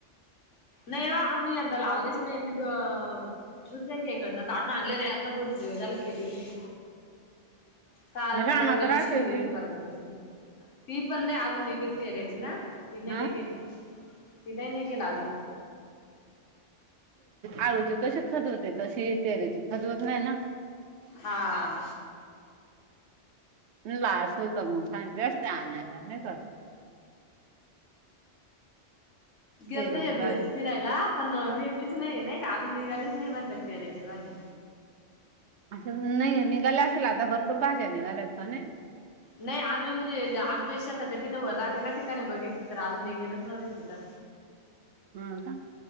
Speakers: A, on the left; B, on the right.
A: नाही ओ आम्ही यंदा लावलीच नाही मी त दुसऱ्यांच्याहीकडन काढून आणले रे आता दोन दिवसा झाल केली होती.
B: <inaudible>
A: काल
B: रानात
A: का परच्या दिवशी
B: राहते
A: गेली
B: ती.
A: होती परवाच्या दिवशी ती पण नाही अजून निघेल फिरायची ना. तिने
B: हा
A: निघेल ति नाही निघेल अजून.
B: आळूची कशी खजवते तशी तेरेची खजवत नाही ना.
A: हा.
B: <unintelligible> सांगितलं असते आणायला नाही का.
A: गेलतोय
B: तेरेची
A: एक दिवस
B: भाजी.
A: फिरायला पण भेटलीच नाही नाही अजून निघालीच नाही म्हणत फिहरायची भाजी.
B: असं नाही निघाले असेल आता भरपूर भाज्या निघाल्यात <unintelligible>
A: नाही आम्ही म्हणजे आमच्या <unintelligible> तिथं वर राहते ना तिथं नाही बघितल तर अजून निघेलच नव्हती तिथं.
B: हम का?